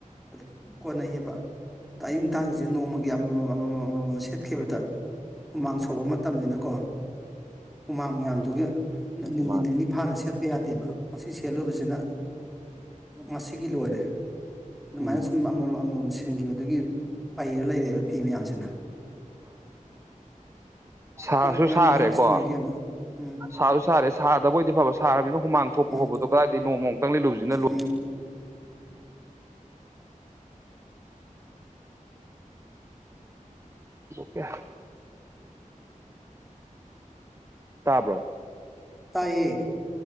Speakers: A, in the centre; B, on the right.
A: ꯑꯗꯨꯝ ꯀꯣꯟꯅꯩꯌꯦꯕ ꯑꯗ ꯑꯌꯨ ꯅꯨꯡꯗꯥꯡꯁꯤꯁꯦ ꯅꯣꯡꯃꯒꯤ ꯑꯃꯃꯝꯃꯝ ꯑꯃꯃꯝ ꯁꯦꯠꯈꯤꯕꯗ ꯍꯨꯃꯥꯡ ꯁꯧꯕ ꯃꯇꯝꯅꯤꯅꯀꯣ ꯍꯨꯃꯥꯡ ꯃꯌꯥꯝꯗꯨꯒꯤ ꯅꯨꯃꯤꯠ
B: ꯃꯥꯅꯦ
A: ꯅꯤꯅꯤ ꯐꯥꯅ ꯁꯦꯠꯄ ꯌꯥꯗꯦꯕ ꯃꯁꯤ ꯁꯦꯠꯂꯨꯕꯁꯤꯅ ꯉꯁꯤꯒꯤ ꯂꯣꯏꯔꯦ ꯑꯗꯨꯃꯥꯏꯅ
B: ꯎꯝ
A: ꯁꯨꯝ ꯑꯃꯃꯝ ꯑꯃꯃꯝꯁꯦ ꯊꯤꯟꯈꯤꯕꯗꯨꯒꯤ ꯄꯩꯔ ꯂꯩꯔꯦꯕ ꯐꯤꯃꯦꯜꯁꯤꯅ
B: ꯁꯥꯁꯨ
A: ꯑꯉꯝꯕ
B: ꯁꯥꯔꯦꯀꯣ
A: ꯈꯔ ꯁꯨꯔꯒꯦꯅ ꯎꯝ
B: ꯁꯥꯁꯨ ꯁꯥꯔꯦ ꯁꯥꯗꯕꯗꯤ ꯐꯕ ꯊꯥꯕꯤꯅꯣ ꯍꯨꯃꯥꯡ ꯊꯣꯛꯄ
A: ꯎꯝ
B: ꯍꯣꯧꯕꯗꯣ ꯀꯗꯥꯏ ꯅꯣꯡꯃꯛ ꯇꯪꯂꯤ ꯂꯨꯁꯤꯅ ꯂꯣꯏ
A: ꯎꯝ
B: ꯑꯣꯀꯦ ꯇꯥꯕ꯭ꯔꯣ
A: ꯇꯌꯦ